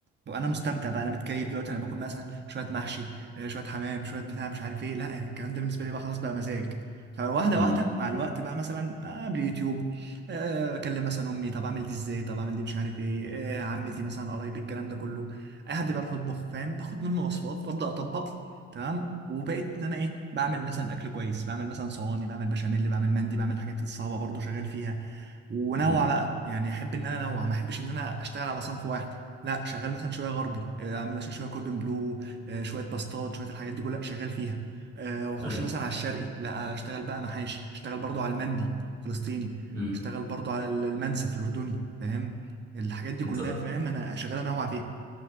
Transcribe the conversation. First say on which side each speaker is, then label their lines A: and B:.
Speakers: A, on the right; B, on the right.
A: وانا مستمتع بقى انا متكيف دلوقتي انا باكل مثلا شويه محشي آه، شويه حمام شويه بتاع مش عارف ايه لا يعني الكلام ده بالنسبه لي بقى خلاص بقى مزاج فواحده
B: امم
A: واحده مع الوقت بقى مثلا آه باليوتيوب آه اكلم مثلا امي طب اعمل دي ازاي طب اعمل دي مش عارف ايه آه عمتي مثلا قرايبي الكلام ده كله اي حد بيعرف يطبخ فاهم باخد منه وصفات وابدا اطبق تمام وبقيت ان انا ايه بعمل مثلا اكل كويس بعمل مثلا صواني بعمل بشاميل بعمل مندي بعمل الحاجات الصعبه برضو شغال فيها ونوع
B: امم
A: بقى يعني احب ان انا انوع ما احبش ان انا اشتغل على صنف واحد لا شغال مثلا شويه غربي آه، اعمل مثلا شويه كوردون بلو آه، شويه باستات شويه الحاجات دي كلها شغال فيها آه، واخش
B: ايوه
A: مثلا على الشرقي لا اشتغل بقى محاشي اشتغل برضو على المندي فلسطيني
B: امم
A: اشتغل برضو على المنسف الاردني فاهم الحاجات دي
B: انت
A: كلها فاهم انا شغال انوع فيها